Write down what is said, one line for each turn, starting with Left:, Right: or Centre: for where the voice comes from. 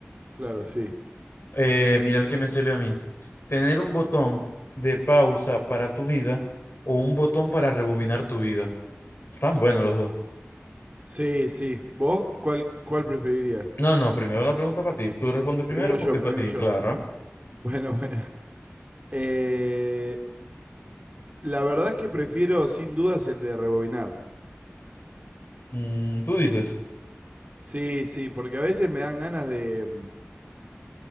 Right: Claro, sí.
Left: Eh, mira el que me salió a mí. Tener un botón de pausa para tu vida o un botón para rebobinar tu vida. Están buenos los dos.
Right: Sí, sí. ¿Vos cuál, cuál preferirías?
Left: No, no, primero la pregunta para ti. Tú respondes primero
Right: Primero
Left: porque
Right: yo,
Left: es
Right: primero
Left: para ti,
Right: yo.
Left: claro.
Right: Bueno, <laughs> bueno. Eh, la verdad es que prefiero sin dudas el de rebobinar.
Left: Mm, tú dices.
Right: Sí, sí, porque a veces me dan ganas de, mm,